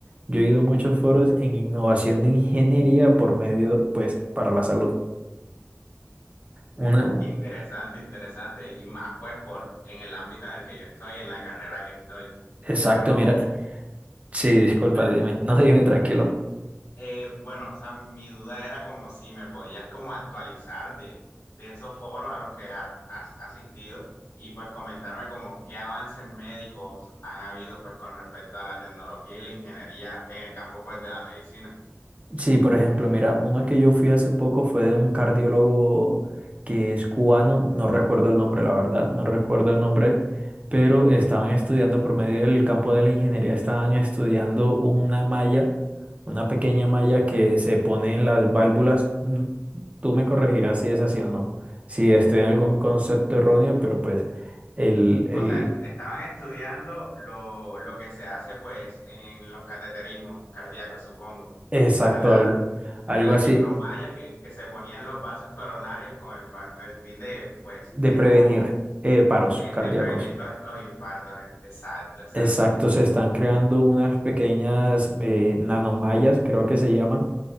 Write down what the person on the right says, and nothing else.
Yo he ido a muchos foros en innovación de ingeniería por medio, pues, para la salud.
Una,
exacto,
mira. Sí, disculpa,
dime. No, dime, tranquilo.
Sí, por ejemplo, mira, uno que yo fui hace poco fue de un cardiólogo que es cubano, no recuerdo el nombre, la verdad, no recuerdo el nombre, pero estaban estudiando por medio del campo de la ingeniería, estaban estudiando una malla, una pequeña malla que se pone en las válvulas. mm, Tú me corregirás si es así o no, si estoy en algún concepto erróneo, pero pues el, el
exacto,
algo, algo
así
de
prevenir
eh, paros
cardíacos.
Exacto, se están creando unas pequeñas eh, nanomallas, creo que se llaman,